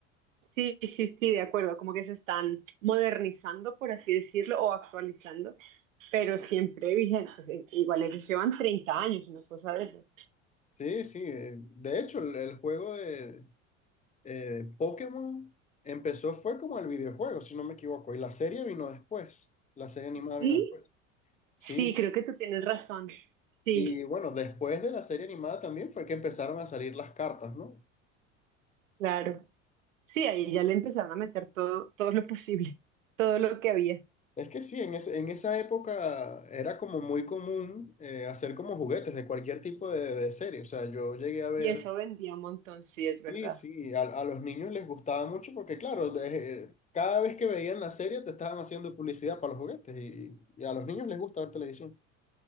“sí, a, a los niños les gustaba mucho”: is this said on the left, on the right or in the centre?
Left